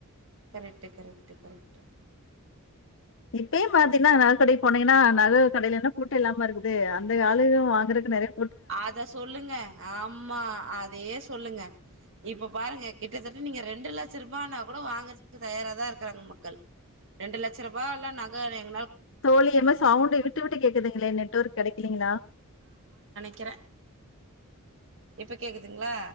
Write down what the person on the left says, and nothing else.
இப்பயேயும் பாத்தீங்கன்னா
நகக்கடி போனே ஏன்னா நகை கடிலன்ன கூட்டும் இல்லாம இருக்குது அந்த ஆளு வாங்கறக்கு நிறைய
தோழியம்மா சவுண்ட் விட்டு விட்டு கேக்குதுங்களே நெட்வொர்க் கிடைக்கலீங்களா